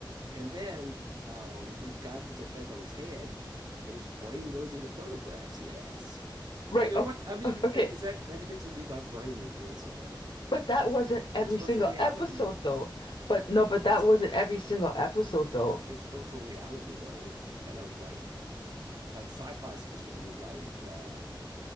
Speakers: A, on the right; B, on the left.
A: And then um, the guy puts a thing on his head and his brain goes into photographs he has.
B: Right.
A: I mean,
B: Okay.
A: what? I mean,
B: Okay. okay.
A: is that everything's going to be my brain going somewhere?
B: But that wasn't every
A: It's virtual
B: single
A: reality.
B: episode though. But no, but that
A: It's like,
B: wasn't every single episode though.
A: it's virtual reality though. What, what kind of like, like sci fi is supposed to be like, uh,